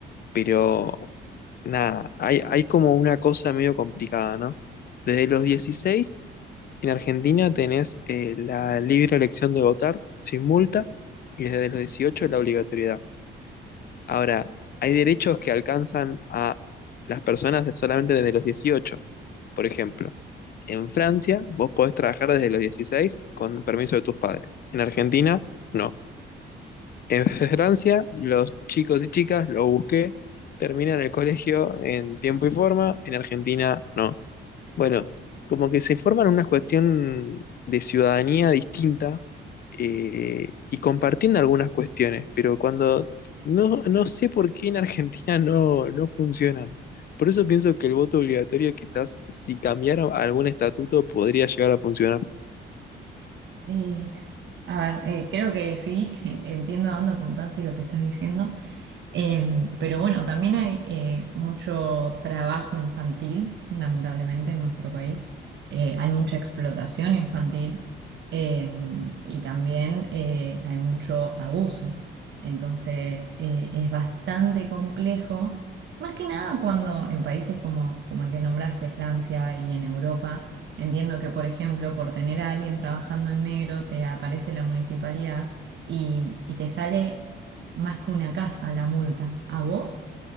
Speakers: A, on the left; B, on the right.
A: pero nada, hay, hay como una cosa medio complicada, ¿no? Desde los 16 en Argentina tenés eh, la libre elección de votar sin multa y desde los 18 la obligatoriedad. Ahora, hay derechos que alcanzan a las personas de- solamente desde los dieciocho Por ejemplo, en Francia vos podés trabajar desde los 16 con permiso de tus padres. En Argentina, no. En Francia, los chicos y chicas, lo busqué, terminan el colegio en tiempo y forma, en Argentina no. Bueno, como que se forman una cuestión de ciudadanía distinta eh, y compartiendo algunas cuestiones, pero cuando no, no sé por qué en Argentina no, no funcionan. Por eso pienso que el voto obligatorio quizás si cambiara algún estatuto podría llegar a funcionar.
B: Eh, a ver, eh, creo que sí, <laughs> que entiendo a dónde apuntás y lo que estás diciendo. Eh, pero bueno, también hay eh, mucho trabajo infantil, lamentablemente, en nuestro país. Eh, hay mucha explotación infantil eh, y también eh, hay mucho abuso. Entonces, eh, es bastante complejo, más que nada cuando en países como, como el que nombraste, Francia y en Europa, entiendo que, por ejemplo, por tener a alguien trabajando en negro, te aparece la municipalidad y, y te sale más que una casa la multa, a vos